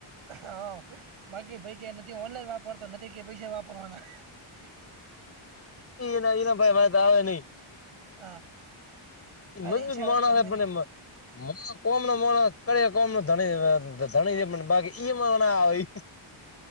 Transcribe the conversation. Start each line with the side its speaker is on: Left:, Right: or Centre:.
Right: હા, બાકી ભાઈ કે નથી, ઓનલાઈન વાપરતા નથી કે, પૈસા વાપરવાના.
Left: એના, એના ભાઈ મારે તો આવે નઈ.
Right: હા
Left: એ
Right: તારી
Left: મજબૂત
Right: ઈચ્છા હોય
Left: માણસ
Right: તો કે અમે
Left: પણ એમાં. માં કોમ ન ક કોમણી ધણી ધણી છે, બાકી ઈ ના આવે.